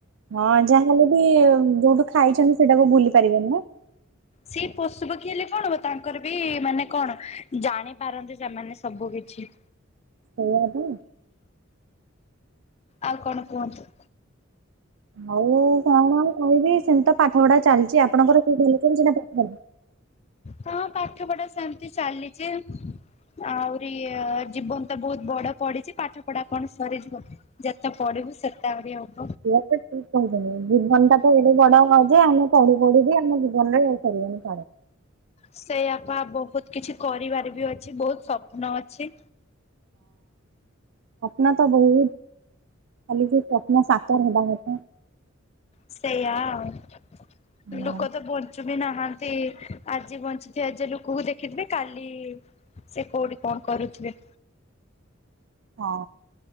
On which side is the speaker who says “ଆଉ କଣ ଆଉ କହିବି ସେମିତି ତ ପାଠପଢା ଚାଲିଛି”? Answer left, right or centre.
Right